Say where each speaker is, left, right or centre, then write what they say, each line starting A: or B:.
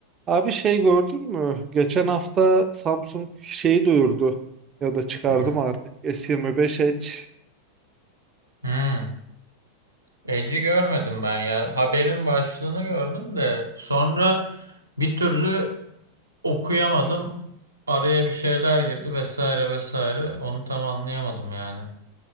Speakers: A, on the right (about 25°); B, on the right (about 80°).
A: Abi şey gördün mü? Geçen hafta Samsung şeyi duyurdu ya da çıkardı
B: Hı hı.
A: mı artık S25 Edge.
B: Hmm. Eci görmedim ben ya. Haberin başlığını gördüm de sonra bir türlü okuyamadım. Araya bir şeyler girdi vesaire vesaire. Onu tam anlayamadım yani.